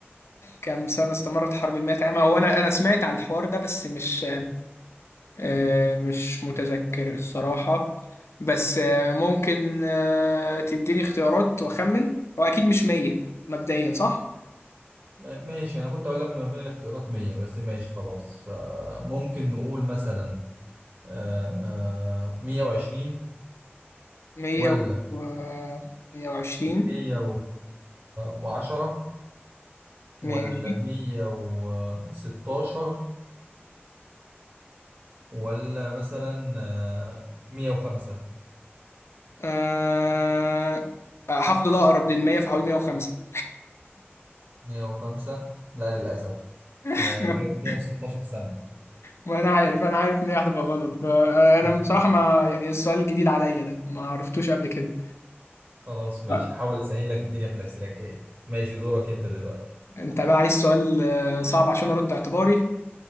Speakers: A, on the left; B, on the right.
A: كام سنة استمرت حرب المئة عام هو أنا أنا سمعت على الحوار ده بس مش آه، مش متذكر الصراحة بس آه، ممكن آه، تديني اختيارات وأخمن هو أكيد مش مية مبدئيا صح؟
B: ما- ماشي انا كنت اقول لك ما بين الاختيارات 100 بس ماشي خلاص آه، ممكن نقول مثلا آه، آه، مية وعشرين
A: مية
B: ولا
A: و مية وعشرين
B: مية وعشرة ولا
A: ماشي
B: مية وستاشر ولا مثلا آه، مية وخمسة
A: أه... آه، هاخد الأقرب للمية فهقول مية وخمسة
B: مية وخمسة لا للأسف هي
A: <laughs>
B: كانت مية وستاشر سنة
A: ما انا عارف انا عارف ان هي هتبقى غلط ب- آه، انا
B: <laughs> مم.
A: بصراحه ما يعني السؤال الجديد عليا ده ما عرفتوش قبل كده
B: خلاص ماشي
A: آه،
B: حاول أسهل لك الدنيا في الأسئلة الجاية ماشي دورك أنت دلوقتي
A: انت بقى عايز سؤال آه، صعب عشان ارد اعتباري